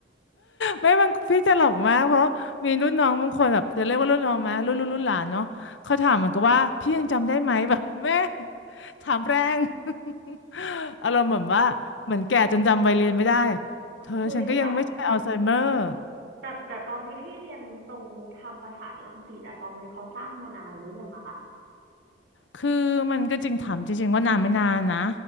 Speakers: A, on the left; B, on the right.
A: ไม่บางพี่จะหลอกมากเพราะมีรุ่นน้องบางคนแบบจะเรียกว่ารุ่นน้องไหมรุ่นรุ่นรุ่นหลานเนาะเขาถามเหมือนกับว่าพี่ยังจำได้ไหม <laughs> แบบแม่ถามแรง <laughs> อารมณ์เหมือนว่าเหมือนแก่จนจำวัยเรียนไม่ได้เธอฉันก็ยังไม่ใช่อัลไซเมอร์
B: เฮ้ยแต่แต่แต่ตอนที่พี่เรียนตรงธรรมศาสตร์รังสิตอะตอนนั้นเขาสร้างมานานหรือยังอะคะ
A: คือมันก็จริงถามจริงๆว่านานไม่นานนะ